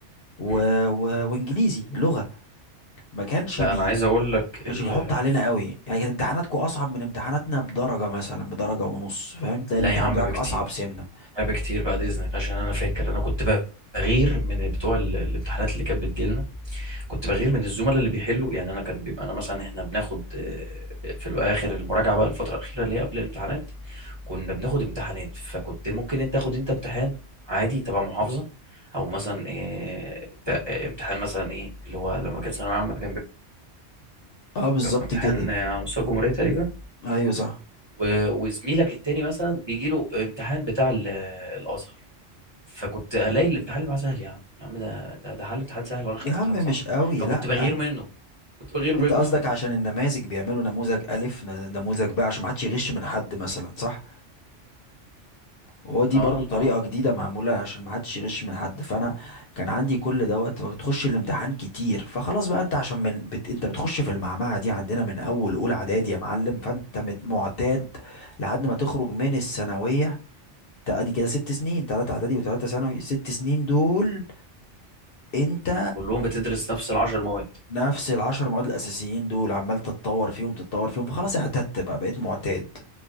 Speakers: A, on the left; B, on the right.
A: و...
B: مم.
A: و... وانجليزي لغه ما كانش
B: لا
A: بي
B: انا عايز اقول لك
A: ما كانش
B: ال...
A: بيحط علينا قوي يعني كانت امتحاناتكم اصعب من امتحاناتنا بدرجه مثلا بدرجه ونص فاهم تلاقي
B: لا
A: الامتحان
B: يا عم
A: بتاعك
B: بكتير
A: اصعب سنه
B: لا بكتير بعد اذنك عشان انا فاكر انا كنت بغير من بتوع ال- الامتحانات اللي كانت بتجيلنا كنت بغير من الزملاء اللي بيحلوا يعني انا كان بيبقى انا مثلا احنا بناخد آه، في الاخر المراجعه بقى الفتره الاخيره اللي هي قبل الامتحانات كنا بناخد امتحانات فكنت ممكن انت تاخد انت امتحان عادي تبع محافظه او مثلا آه، تا- آه، امتحان مثلا ايه اللي هو لما كانت ثانويه عامه كان بيبقى
A: اه بالظبط
B: امتحان
A: كده
B: آه، على مستوى الجمهوريه تقريبا
A: ايوه صح
B: و- وزميلك التاني مثلا بيجي له امتحان بتاع ال- الازهر فكنت الاقي الامتحان اللي معاه سهل يا عم يا عم ده ده ده حل امتحان سهل وانا
A: يا
B: خدت
A: عم
B: امتحان
A: مش
B: صعب
A: قوي
B: فكنت
A: لا
B: بغير منه كنت بغير منه
A: انت قصدك عشان النماذج بيعملوا نموذج الف ن- نموذج ب عشان ما حدش يغش من حد مثلا صح وهو دي
B: اه
A: برضو طريقة
B: اه
A: جديدة معمولة عشان محدش يغش من حد فأنا كان عندي كل دوت وتخش الامتحان كتير فخلاص بقى أنت عشان من بت... أنت بتخش في المعمعة دي عندنا من أول أولى إعدادي يا معلم فأنت مت- معتاد لحد ما تخرج من الثانوية ت- أدي كده ست سنين تلاتة إعدادي وتلاتة ثانوي ست سنين دول أنت
B: كلهم بتدرس نفس العشر مواد
A: نفس العشر مواد الأساسيين دول عمال تتطور فيهم تتطور فيهم فخلاص اعتدت بقى بقيت معتاد